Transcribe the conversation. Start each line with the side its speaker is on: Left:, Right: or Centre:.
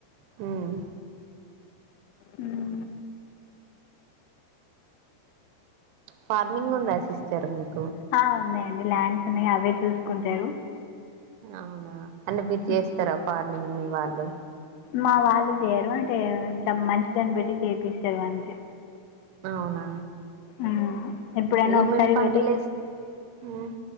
Right: హ్మ్మ్
Left: హ్మ్మ్
Right: ఫార్మింగ్ ఉందా సిస్టర్ మీకు
Left: హా ఉంది అండి ల్యాండ్స్ ఉన్నాయి అవే చూసుకుంటారు
Right: అవునా అంటే మీరు చేస్తారా
Left: ఉమ్.
Right: ఫార్మింగ్ మీ వాళ్ళు
Left: మా వాళ్ళు చేయరు అంటే ఇంట్లో మనుషులు లను పెట్టి చేపిస్తారు అంతే
Right: అవునా
Left: ఆ ఎప్పుడైనా
Right: ఏమేం
Left: ఒకసారి
Right: పంటలు
Left: వెళ్ళి
Right: వేస్ ఉమ్